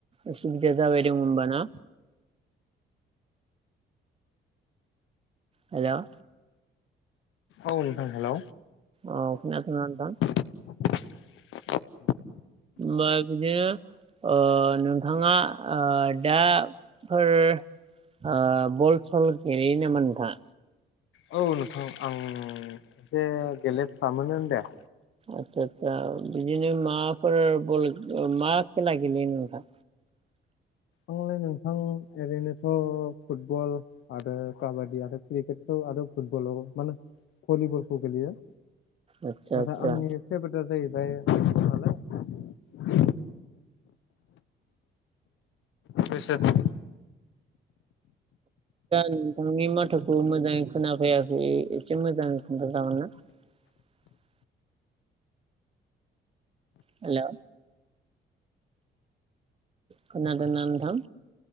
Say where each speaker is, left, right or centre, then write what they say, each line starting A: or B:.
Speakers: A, on the right; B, on the left.
A: उसुबिदा जाबाय दं होनब ना।
B: <inaudible>
A: हेल'।
B: औ नोंथां हेल'।
A: ओ खोनादोंना नोंथां
B: <inaudible>
A: बाय गज <unintelligible> ओ नोंथाङा आ दाफोर आ बल सल गेलेयो नामा नोंथाङा
B: औ नोंथां आं एसे गेलेफ्रामो दे।
A: आस्सा आस्सा बिदिनो माफोर बल मा खेला गेलेयो नोंथा?
B: आंलाय नोंथां ओरैनोथ' फुटबल आरो काबादि आरो क्रिकेटखौ। आरो फुटबल माने भलिबलखौ गेलयो।
A: आतसा
B: नाथाय
A: आतसा
B: आंनि फेभरेटआ जाहैबाय नालाय बेस <unintelligible>
A: नोंथांनि माथोखौ मोजाङै खोनाफैाखै एसे मोजां <unintelligible> हेल'। खोनादों ना नोंथां?